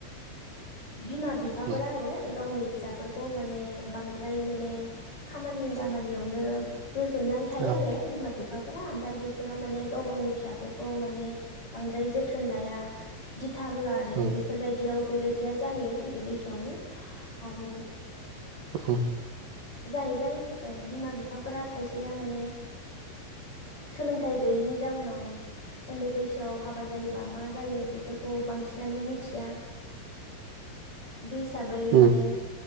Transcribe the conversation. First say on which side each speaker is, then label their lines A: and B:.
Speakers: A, on the left (about 35°); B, on the right (about 85°).
A: बिमा बिफाफोरा
B: उम
A: आरो गावनि फिसाफोरखौ माने बांद्राय माने खामानि दामानियावनो गोजोमनानै थायो
B: औ
A: आरो बिमा बि फा फ्रा। ओमफ्राय बेफोराव माने गाव गावनि फिसाफोर खौ माने बांद्राय जोथोन लाया, दि था होआ आरो
B: उम
A: बेफोरबायदियाव बेबायदि जायो उन्दै बैसोआवनो आरो नो
B: औ
A: जाहैबाय ओ बिमा बिफाफोरा खायसेया माने सोलोंथाइ गैयैनि जाउनाव उन्दै बैसोआव हाबा जायोबा मा जायो बेफोरखौ बांसिनानो मिथिया बि हिसाबै
B: उम
A: माने